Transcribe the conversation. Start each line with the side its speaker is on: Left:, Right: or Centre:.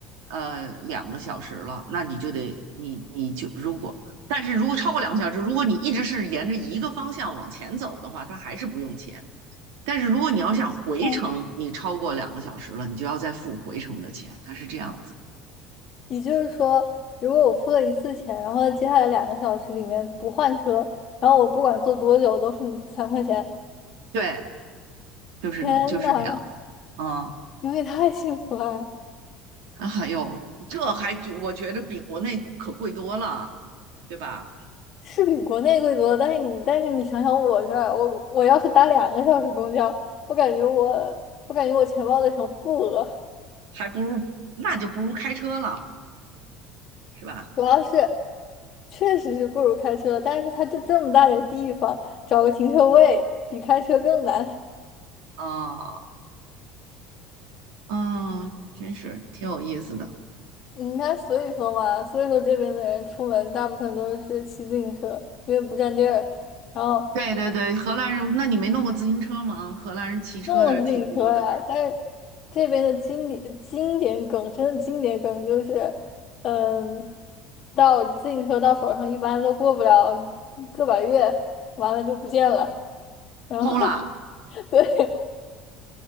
Right: 呃两个小时了，那你就得你你就如果，但是如果超过两个小时，如果你一直是沿着一个方向往前走的话，它还是不用钱。但是如果你要想回程，
Left: 嗯
Right: 你超过两个小时了，你就要再付回程的钱，它是这样子。
Left: 也就是说，如果我付了一次钱，然后接下来两个小时里面不换车，然后我不管坐多久都是三块钱。
Right: 对，就是就是那样。
Left: 天呐，
Right: 嗯，
Left: 你们也太幸福了！
Right: 啊哎呦，这还就我觉得比国内可贵多了，对吧？
Left: 是比国内贵多，但是你但是你想想我这儿，我我要是打两个小时公交，我感觉我我感觉我钱包得成负额，
Right: 还不如那就不如开车了，是吧？
Left: 主要是确实是不如开车，但是它就这么大点儿地方，找个停车位比开车更难。
Right: 嗯。嗯，真是挺有意思的。
Left: 嗯你看，所以说嘛，所以说这边的人出门大部分都是骑自行车，因为不占地儿。然后
Right: 对对对，荷兰人，那你没弄过自行车吗？荷兰人骑车的挺多的
Left: 弄了自行车呀，但是这边的经典经典梗，真的经典梗就是，嗯，到自行车到手上一般都过不了个把月，完了就不见了。然后
Right: 偷了。
Left: <laughs> 对，